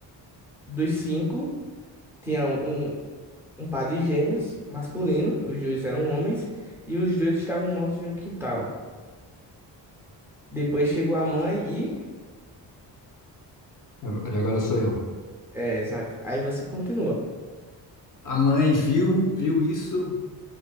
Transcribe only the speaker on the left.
Agora agora sou eu.
A mãe viu, viu isso